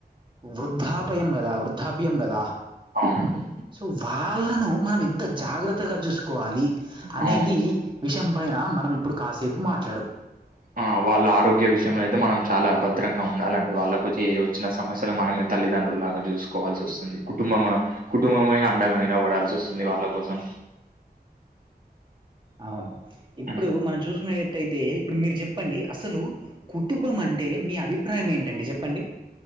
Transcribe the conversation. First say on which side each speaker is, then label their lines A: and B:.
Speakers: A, on the right; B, on the right.
A: వృద్ధాపయం కదా వృద్ధాప్యం కదా
B: అవునండి
A: సో వాళ్ళను మనం ఎంత జాగ్రత్తగ చూసుకోవాలి అనేది
B: అవును
A: విషయం పైన
B: ఆ
A: మనం ఇప్పుడు కాసేపు మాట
B: ఆ వాళ్ళ ఆరోగ్య విషయంలో అయితే మనం చాలా అబ చిద్రంగా ఉండాలంటే వాళ్ళకి వచ్చి వచ్చిన సమస్యలు మనమే తల్లిదండ్రులులాగా చూసుకోవాల్సి వస్తుంది కుటుంబం కుటుంబమె అండగా నిలబడాల్సి వస్తుంది వాళ్ళ కోసం
A: అవును ఇప్పుడు
B: ఉమ్.
A: మనం చూసుకున్నయితే ఇప్పుడు మీరు చెప్పండి అసలు కుటుంబం అంటే మీ అభిప్రాయం ఏంటండి చెప్పండి